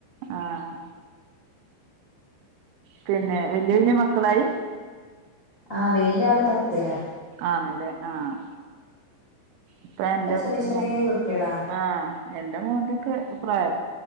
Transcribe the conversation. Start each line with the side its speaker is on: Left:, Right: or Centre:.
Right: ആഹ് പിന്നെ വല്ല്യ വല്ല്യ മക്കളായി
Left: ആഹ് വെല്ല്യ ആള് പത്തിലാ
Right: ആണല്ലേ ആഹ് ഇപ്പം
Left: ഒക്കെ
Right: എൻ്റെ
Left: ചെറിയ ചെറിയ
Right: മോ
Left: കുട്ടികളാ
Right: ആഹ് എൻ്റെ മോന്റൊക്കെ പ്രായം